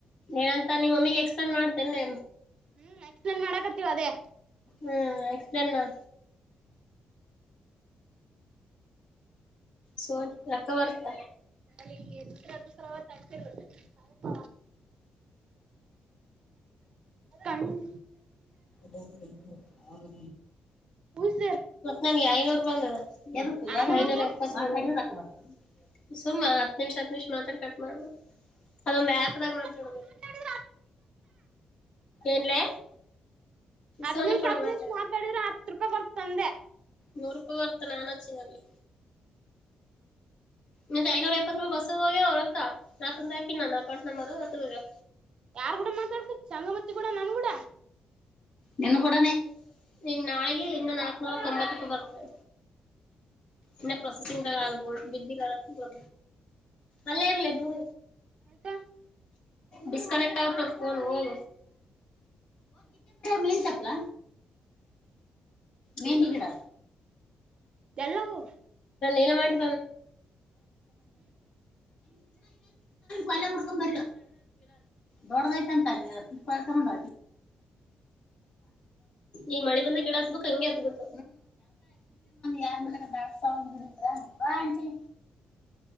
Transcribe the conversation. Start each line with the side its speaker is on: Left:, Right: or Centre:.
Left: ಏನಂತ ನಿಮ್ಮ ಮಮ್ಮಿಗೆ ಎಕ್ಸ್ಪೆಂಡ್ ಮಾಡ್ತೇನೆ
Right: ಹ್ಮ್ ಎಕ್ಸ್ಪ್ಲೇನ್ ಮಾಡಕತ್ತೀವ ಅದೇ
Left: ಹ್ಮ್ ಎಕ್ಸ್ಪ್ಲೇನ್ ಮಾಡ ಸೋನ್ ರಕವರ್ತ
Right: ನಾಲಗೆ ದಸ್ರಾ ದಸ್ರಾ ಹೊತ್ತ ಹಗ್ತಿರ ಸ್ವಲ್ಪ ಕಣ್ಣ
Left: ಮ
Right: ಉಸರ್
Left: ನನ್ಗೆ ಐನೂರು ಬಂದದ ಎದಕ್ಕ ಯಾವ
Right: ಆಮಲಕ್ಕ
Left: ಐನೂರ ಎಪ್ಪ ತಕ ಬರತ್ತ ಸುಮ್ಮ ಹತ್ ನಿಮಿಷ ಹತ್ ನಿಮಿಷ ಮಾತಾಡಿ ಕಟ್ ಮಾಡ್ಬೇ ಅದೊಂದು ಆಪ್ದಾಗ
Right: ಹತ್ ನಿಮಿಷ
Left: ಮಾತಾಡುದು ಏನ್ಲೆ
Right: ಹತ್
Left: ಸೋನಿ
Right: ನಿಮಿಷ
Left: ಕೂಡ
Right: ಹತ್
Left: ಮಾತಾಡ
Right: ನಿಮಿಷ ಮಾತಾಡಿಿದ್ರ ಆತ್ಕ ಬರ್ತಂದೆ
Left: ನೂರು ರೂಪಾಯಿ ಬರ್ತನನ್ ಅಚ್ಚನಲ್ಲಿ ಮತ್ತೆ ಐನೂರ ಪ್ಪತ್ತು ರೂಪ ಬಸ್ಸ ಹೋಗ್ಯ ಅವರಕ್ಕ ನಂದ ಹಾಕಿ ನನ್ನ ಅಕೌಂಟ್ ನಂಬರ್ ಅ
Right: ಯಾರ್ ಕೂಡ ಮಾತಾಡ್ಕ ಸಂಗಮತಿ ಕೂಡ ನನ್ಗೂಡ
Left: ನಿನು ಕೂಡಾನ ಈಗ ನಾಳಗ ಇನ್ನು ನಾಕ ನೂಲ್ಕ ತಂಬತ್ತಕ್ಕ ಬರ್ತದೆ ಇ ಪ್ರೊಸೆಸಿಂಗ ಬ ರು ಅಲ್ಲೇ ಇರ್ಲ ದೂರ
Right: ಆಯ್ತಾ
Left: ಡಿಸ್ಕನೆಕ್ಟ್ ಆಗ ಹೋಗ ಮೆಹತಪ್ಲ ಮೆಹಂದಿ ಕಡ
Right: ಎಲ್ಲವುು
Left: ಏಲ ಮಾಡಟ ಬ ಮಕೊಂಡ ಬೊಡ ಅಂತ ಪುಷ್ಪಾರ್ೊಂಡ ಈ ಮಳಿ ಬಂದ ಗಿಡ ಹಕ್ ಹಂಗೆ ಹತ್ತ ಬಿಡ್ತ ಯಾರ್ ಮನ ನಸ್ಸ್ಡಿದ್ರ ನಂಬಾ ಆಂಟಿ